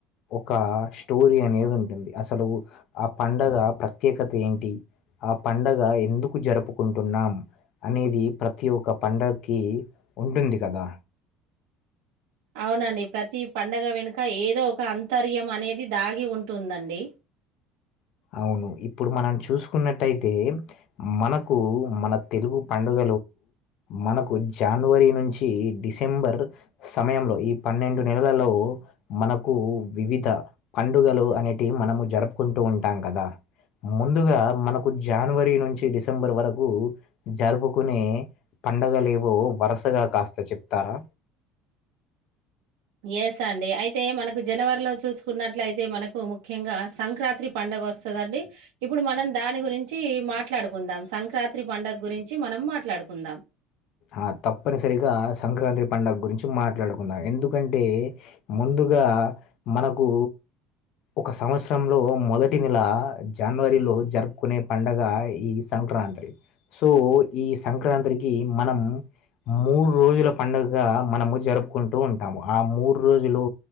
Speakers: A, on the left; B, on the right.
A: ఒక స్టోరీ అనేది ఉంటుంది అసలు ఆ పండగ ప్ర ప్రత్యేకత ఏంటి ఆ పండగ ఎందుకు జరుపుకుంటున్నాం అనేది ప్రతి ఒక్క పండగకి ఉంటుంది కదా
B: అవునండి ప్రతి పండగ వెనుక ఏదో ఒక అంతర్యం అనేది దాగి ఉంటుందండి
A: అవును ఇప్పుడు మనం చూసుకున్నట్టయితే మనకు మన తెలుగు పండుగ మనకు జనవరి నుంచి డిసెంబర్ సమయంలో ఈ పన్నెండు నెలలలో మనకు వివిధ పండుగలు అనేటివి మనము జరుపుకుంటూ ఉంటా టం కద ముందుగా మనకు జానవరి నుంచి డిసెంబర్ వరకు జరుపుకునే పండగలేవో వరుసగా కాస్త చెప్తారా
B: ఎస అండి అయితే మనకు జనవరిలో చూసుకున్నట్లయితే మనకు ముఖ్యంగా సంక్రాత్రి పండుగ వస్ దండి ఇప్పుడు మనం దాని గురించి మాట్లాడుకుందాం సంక్రాత్రి పండుగ గురించి మనం మాట్లాడు కుందాం
A: ఆ తప్పనిసరిగా సంక్రాంత్రి పండుగ గురించి మాట్లాడుకుందాం ఎందుకంటే ముందు గా మనకు ఒక సంవత్సరంలో మొదటి నెల జనవరిలో జరుపుకునే పండగ ఈ సం సంక్రాంత్రి సో ఈ సంక్రాంత్రి కి మనం మూడు రోజుల పండుగగ మనము జరుపుకుంటూ ఉంటాము ఆ మూడు రోజులు